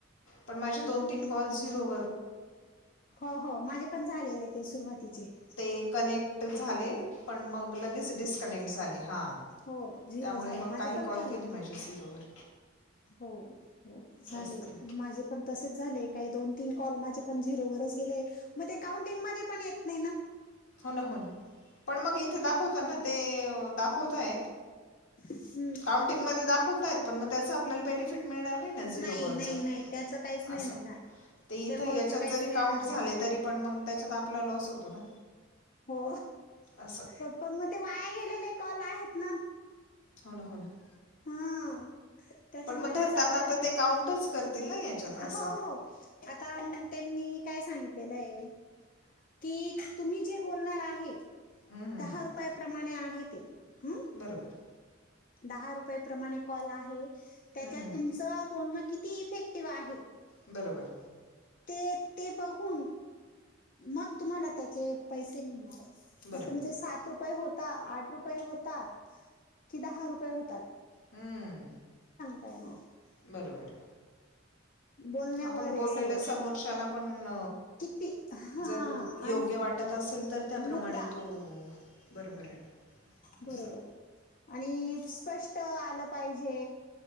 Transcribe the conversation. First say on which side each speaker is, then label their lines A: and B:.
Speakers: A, on the left; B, on the left.
A: पण माझ दोन तीन कॉल झरो
B: हो हो माझे पण झालेले ते सुरुवातीला
A: ते कनेक्ट झाले पण मग लगेच डिस्कनेक्ट झाले हां
B: हो झिरो
A: त्यामुळे
B: झाले
A: मग
B: माझे
A: काही
B: पण
A: कॉल
B: झालेत
A: गेले
B: ना
A: माझे झिरोवर
B: हो हो झाले
A: तेच तर
B: माझे पण तसे झाले माझे पण दोन-तीन कॉल झिरोवरच झाले मग ते काउंटिंग मध्ये पण येत नाही ना
A: हो ना हो ना पण मग इथे दाखवत
B: हम्म
A: ना ते दाखवताय
B: हम्म.
A: काउंटिंग म दाखवताय पण मग त्याच आपल्याला बेनिफिट मिळणार ना झिरो
B: नाही
A: कॉलचा
B: नाही नाही त्याच काहीच नाही
A: असं
B: मिळणार
A: ते इथ
B: त्या
A: याच्यात
B: कॉलचं काहीच
A: जरी
B: मिळणार
A: काउंट
B: नाही
A: झाले तरी पण मग त्याच्यात आपला लॉस होतो ना
B: हो
A: असं
B: पण मग ते वाया गेलेले कॉल आहेत ना
A: हो ना हो ना
B: हा त्याच्यामुळे
A: पण मग धरताना
B: त्याचा आपल्या
A: तर ते काउंटच करतील ना याच्यात असं
B: हो हो आता काय सांगितलेलं आहे की तुम्ही जे बोलणार आहे
A: हं, हं,
B: दहा
A: हं.
B: रुपया प्र्रमाणे आहे ते ह
A: बरोबर
B: दहा रुपये प्रमाणे कॉल आहे त्याच्यात
A: हं, हं.
B: तुमचं बोलणं किती इफेक्ट करते एक्टिव आहे
A: बरोबर
B: ते ते बघून मग तुम्हाला त्याचे पैसे मिळणार
A: बरोबर
B: मग तुमचे सात रुपये होता आठ रुपये होतात कि दहा रुपये होतात
A: हम्म
B: पाणार आहे
A: बरोबर
B: बोलण्यावर
A: आपण
B: आहे
A: बोललेल
B: सर्व
A: समोरच्याला पण
B: किती हा
A: जर योग्य
B: आणि
A: वाटत असेल तर त्याप्रमाणे
B: मुद्दा
A: तो बरोबर आहे
B: बरोबर
A: असं
B: आणि स्पष्ट आलं पाहिजे